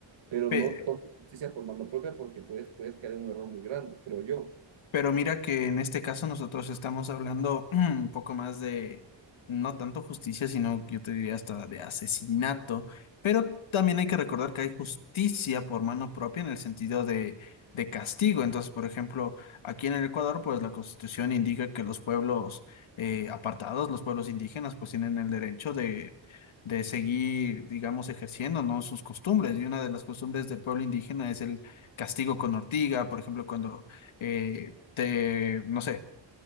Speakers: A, on the right (about 70°); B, on the left (about 85°).
A: pero
B: Pe-
A: no tomen justicia por mano propia porque puedes, puedes caer en un error muy grande, creo yo.
B: Pero mira que en este caso nosotros estamos hablando <clears throat> un poco más de, no tanto justicia, sino yo te diría hasta de asesinato, pero también hay que recordar que hay justicia por mano propia en el sentido de, de castigo. Entonces, por ejemplo, aquí en el Ecuador, pues la Constitución indica que los pueblos eh, apartados, los pueblos indígenas, pues tienen el derecho de... de seguir, digamos, ejerciendo, ¿no? sus costumbres. Y una de las costumbres del pueblo indígena es el castigo con ortiga, por ejemplo, cuando eh, te, no sé,